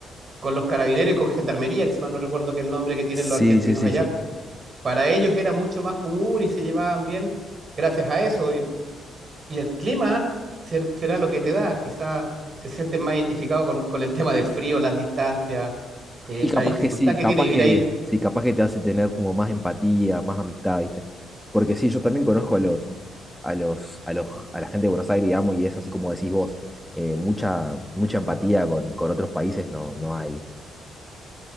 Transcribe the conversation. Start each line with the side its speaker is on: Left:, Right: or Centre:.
Right: con los carabineros y con gendarmería, que si mal no recuerdo que el nombre que tienen
Centre: Sí,
Right: los argentinos
Centre: sí, sí,
Right: allá,
Centre: sí.
Right: para ellos era mucho más común y se llevaban bien gracias a eso. Y y el clima ser- será lo que te da. Quizás se sienten más identificados con, con el tema del frío, las distancias, eh,
Centre: Y
Right: la
Centre: capaz
Right: dificultad
Centre: que sí,
Right: que
Centre: capaz
Right: tiene vivir
Centre: que
Right: ahí.
Centre: sí, capaz que te hace tener como más empatía, más amistad, ¿viste? Porque sí, yo también conozco a los, a los, a los, a la gente de Buenos Aires, digamos, y es así como decís vos, eh, mucha, mucha empatía con, con otros países no, no hay, ¿viste?